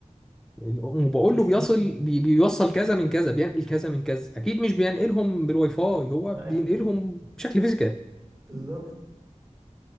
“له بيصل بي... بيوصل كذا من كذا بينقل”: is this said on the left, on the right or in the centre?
Centre